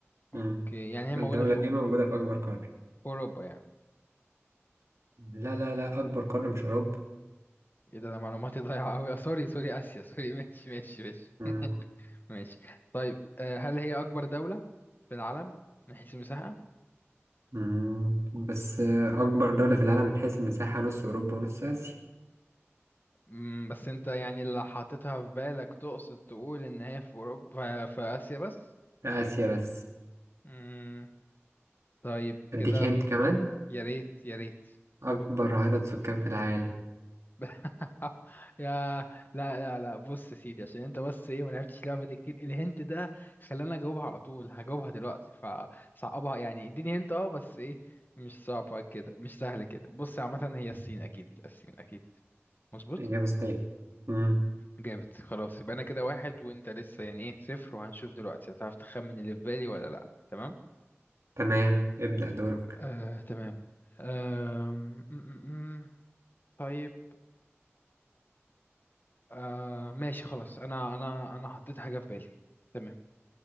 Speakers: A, on the right; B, on the left.
A: مم.
B: اوكي يعني هي
A: الدولة
B: موجودة في في
A: دي موجودة في أكبر قارة
B: اوروبا يعني
A: لا لا لا أكبر قارة مش أوروبا
B: ايه ده ده معلوماتي <laughs> ضايعة اوي آه، سوري سوري اسيا سوري <laughs> ماشي ماشي ماشي
A: مم.
B: ماشي طيب آه، هل هي اكبر دولة في العالم من حيث المساحة
A: مم. بس آه أكبر دولة في العالم من حيث المساحة نص أوروبا ونص آسيا
B: مم، بس انت يعني اللي حاططها في بالك تقصد تقول ان هي في اوروبا في اسيا بس
A: لا آسيا بس
B: مم، طيب
A: أديك
B: كده
A: هنت كمان
B: يا ريت يا ريت
A: أكبر عدد سكان في العالم
B: <laughs> يا لا لا لا بص يا سيدي عشان انت بس ايه ما لعبتش اللعبه دي كتير الهنت ده خلاني اجاوبها على طول هجاوبها دلوقتي فصعبها يعني اديني هنت اه بس ايه مش صعبه كده مش سهل كده بص عامه هي الصين
A: مم.
B: اكيد الصين اكيد مظبوط
A: إجابة صحيحة مم.
B: جامد خلاص يبقى انا كده واحد وانت لسه يعني ايه صفر وهنشوف دلوقتي هتعرف تخمن اللي في بالي ولا لا تمام
A: تمام ابدأ دورك
B: آه تمام آم، م- م- م. طيب آه ماشي خلاص انا انا انا حطيت حاجة في بالي تمام